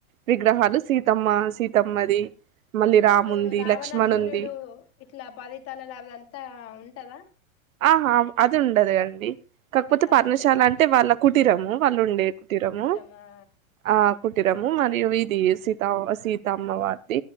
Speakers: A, on the right (about 75°); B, on the left (about 35°).
A: విగ్రహాలు
B: ఆ
A: సీతమ్మ సీతమ్మది మళ్ళీ
B: ఇప్పుడు
A: రాముంది
B: రావణ
A: లక్ష్మణుంది
B: సూర్యుడు ఇట్లా పది తలలు అదంతా ఉంటదా
A: ఆహా అది ఉండదు అండి కాకపోతే
B: అది
A: పర్ణశాల
B: ఉండదు
A: అంటే వాళ్ళ కుటీరము వాళ్ళు ఉ కుటీరము
B: కుటీరమా
A: ఆ కుటీరము మరియు ఇది సీత సీత అమ్మవారు